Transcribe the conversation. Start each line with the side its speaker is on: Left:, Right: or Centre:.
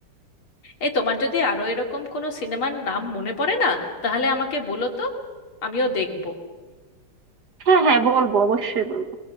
Left: এই তোমার যদি আরো এরকম কোনো সিনেমার নাম মনে পড়ে না তাহলে আমাকে বলো তো আমিও দেখবো
Right: হ্যাঁ হ্যাঁ বলবো অবশ্যই বলবো